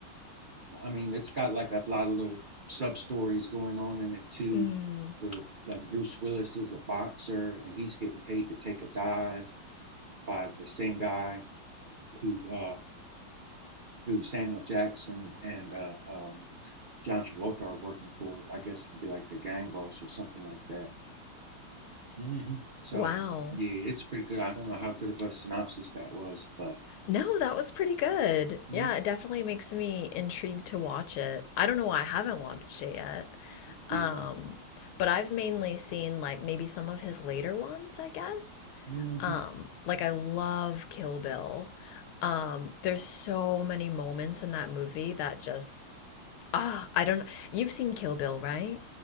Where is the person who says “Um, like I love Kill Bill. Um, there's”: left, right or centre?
Left